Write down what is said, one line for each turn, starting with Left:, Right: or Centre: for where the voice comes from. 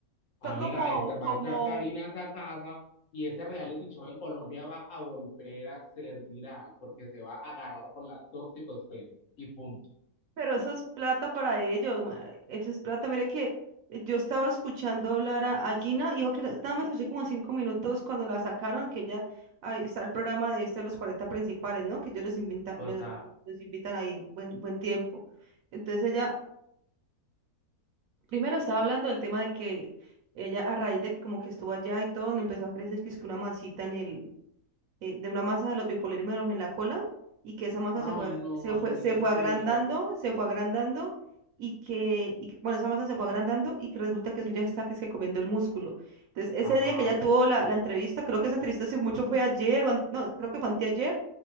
Left: Amiga,
Right: son como,
Left: ent-
Right: como
Left: va a entrar Karina a esa casa y ese reality show en Colombia va a volver a ser viral porque se va a agarrar con la tóxicos y punto.
Right: Pero eso es plata para ellos, ma- eso es plata. Mire que yo estaba escuchando hablar a, a Gina, y dijo que no- nada más escuché como cinco minutos cuando la sacaron, que ella, ahí está el programa de esto de los 40 principales, ¿no? Que ellos los invitan,
Left: Total.
Right: los, los invitan ahí buen, buen tiempo. Entonces ella, primero estaba hablando del tema de que ella a raíz de que como que estuvo allá y todo, le empezó a crecer que es que una masita en el, eh, de una masa de los biopolímeros en la cola y que esa masa
Left: Ay,
Right: se fue, ag-
Left: no,
Right: se
Left: amiga,
Right: fue, se
Left: en
Right: fue
Left: serio.
Right: agrandando, se fue agrandando y que, y que- bueno, esa masa se fue agrandando y que resulta que eso ya está que es que comiendo el músculo. Entonces, ese
Left: Ajá,
Right: día que ella tuvo la, la entrevista, creo que esa entrevista si mucho fue ayer, o an- no, creo que fue anteayer,